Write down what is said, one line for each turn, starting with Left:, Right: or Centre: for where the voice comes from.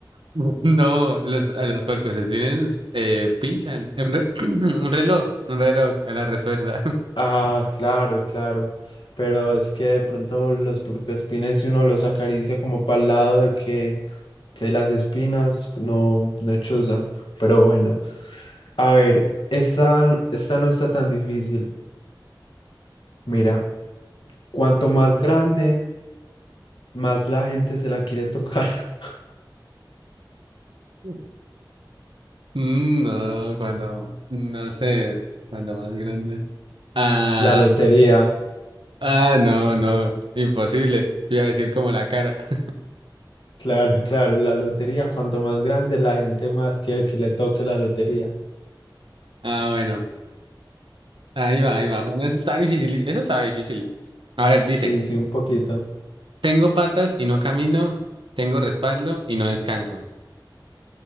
Right: <laughs> No, los, a los puercos espines eh, pinchan. Un, re- <clears throat> un reloj, un reloj, es la respuesta.
Left: Ah, claro, claro. Pero es que de pronto los puercoespines, si uno los acaricia como para el lado de que de las espinas, no, no chuzan. Pero bueno, a ver, esta, esta no está tan difícil. Mira, cuanto más grande, más la gente se la quiere tocar. <laughs>
Right: <laughs> Mm, No, cuando, no sé, cuando más grande. Ah,
Left: La lotería,
Right: ah, no, no, imposible. Iba a decir como la cara. <laughs>
Left: claro, claro, la lotería. Cuanto más grande, la gente más quiere que le toque la lotería.
Right: Ah, bueno, ahí va, ahí va. Bueno, eso está difícil, eso estaba difícil. A ver,
Left: Sí,
Right: dice,
Left: sí, un poquito.
Right: tengo patas y no camino, tengo respaldo y no descanso.